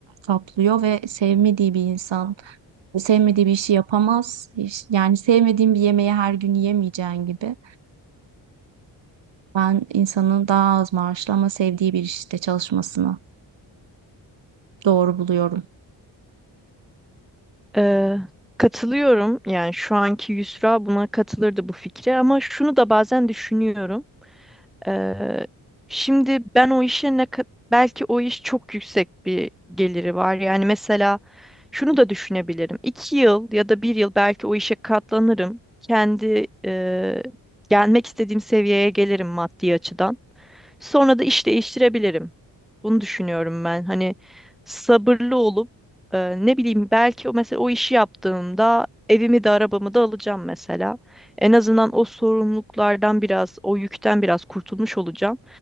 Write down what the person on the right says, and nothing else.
kaplıyor ve sevmediği bir insan sevmediği bir işi yapamaz. Hiç- Yani sevmediğim bir yemeği her gün yemeyeceğin gibi. Ben insanın daha az maaşlı ama sevdiği bir işte çalışmasını Doğru buluyorum.